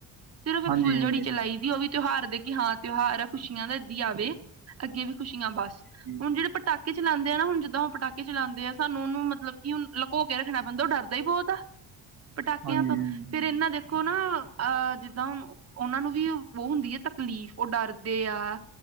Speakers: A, on the right; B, on the right.
A: ਸਿਰਫ ਇੱਕ
B: ਹਾਂਜੀ
A: ਫੁੱਲ
B: ਹਾਂਜੀ
A: ਜੜੀ ਚਲਾਈ ਦੀ ਉਹ ਵੀ ਤਿਉਹਾਰ ਦੇ ਕਿ ਹਾਂ ਤਿਉਹਾਰ ਆ ਖੁਸ਼ੀਆਂ ਦਾ ਏਦਾ ਆਵੇ ਅੱਗੇ ਵੀ ਖੁਸ਼ੀਆਂ ਬਸ
B: ਹਾਂਜੀ
A: ਹੁਣ ਜਿਹੜੇ ਪਟਾਕੇ। ਚਲਾਉਦੇ ਆ ਨਾ ਜਦੋਂ ਚਲਾਉਂਦੇ ਆ ਸਾਨੂੰ ਉਹਨੂੰ ਮਤਲਬ ਕਿ ਹਣ ਲੁਕੋ ਕੇ ਰੱਖਣਾ ਪੈਂਦਾ ਉਹ ਡਰਦਾ ਹੀ ਬਹੁਤ ਆ। ਪਟਾਕਿਆਂ
B: ਹਾਂਜੀ
A: ਤਾਂ
B: ਹਾਂਜੀ ਹਾਂਜੀ
A: ਫਿਰ ਇਹਨਾ ਦੇਖੋ ਨਾ। ਅਹ ਜਿੱਦਾਂ ਉਹਨਾਂ ਨੂੰ ਵੀ ਉਹ ਹੁੰਦੀ ਹੈ ਤਕਲੀਫ਼ ਉਹ ਡਰਦੇ ਆ।